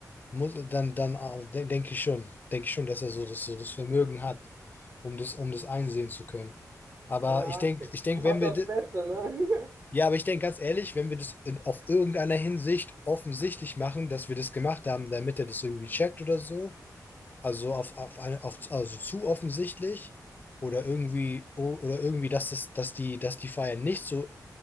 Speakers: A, on the left (about 30°); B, on the right (about 45°).
A: muss, dann, dann auch, de denke ich schon, denke ich schon, dass er so das, so das Vermögen hat, um das, um das einsehen zu können. Aber
B: ja.
A: ich denke, ich denke,
B: Man
A: wenn
B: hofft
A: wir,
B: aufs
A: d-
B: Beste, ne? <laughs>
A: ja, aber ich denke ganz ehrlich, wenn wir das in, auf irgendeiner Hinsicht offensichtlich machen, dass wir das gemacht haben, damit er das irgendwie checkt oder so, also auf, auf eine, auf, also zu offensichtlich oder irgendwie, o- oder irgendwie, dass das, dass die, dass die Feier nicht so